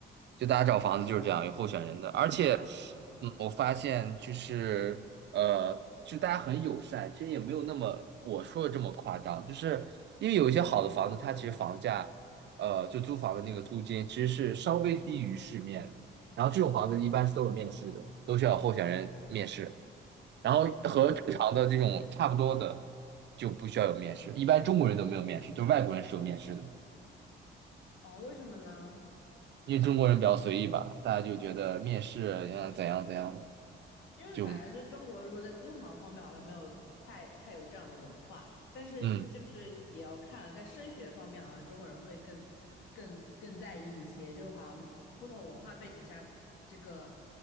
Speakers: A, on the right; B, on the left.
A: 就大家找房子就是这样，有候选人的，而且，嗯，我发现就是呃，就大家很友善，其实也没有那么我说的这么夸张，就是因为有一些好的房子，它其实房价，呃，就租房的那个租金其实是稍微低于市面的，然后这种房子一般是都有面试的，都需要有候选人面试，然后和正常的这种差不多的就不需要有面试，一般中国人都没有面试，就外国人是有面试的。
B: 哦，为什么呢？
A: 因为中国人比较随意吧，大家就觉得面试要怎样怎样的，
B: 因为感觉就中国如果在租房方面好像没有太太有这样的文化，
A: 就
B: 但是就是也要看在升学方面，
A: 嗯。
B: 好像中国人会更更更在意一些，就好像不同文化背景下，这个